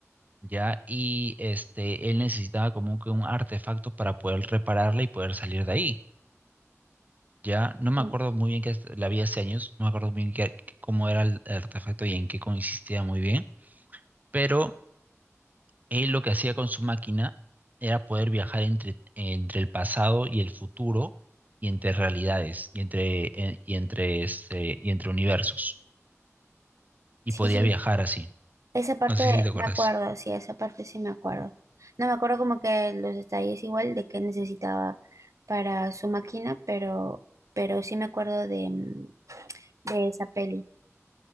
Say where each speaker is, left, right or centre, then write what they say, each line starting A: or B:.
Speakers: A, on the right (about 35°); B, on the right (about 80°).
A: ya, y este, él necesitaba como que un artefacto para poder repararla y poder salir de ahí, ya, no me
B: Mm,
A: acuerdo muy bien que la vi hace años, no me acuerdo muy bien qué- qué- cómo era el artefacto y en qué consistía muy bien, pero él lo que hacía con su máquina era poder viajar entre, entre el pasado y el futuro y entre realidades y entre, eh, y entre, este, y entre universos, y
B: Sí,
A: podía
B: sí,
A: viajar así,
B: Esa parte
A: no sé si te acuerdas.
B: me acuerdo, sí, esa parte sí me acuerdo. No me acuerdo como que los detalles igual de qué necesitaba para su máquina, pero, pero sí me acuerdo de, mm, de esa peli.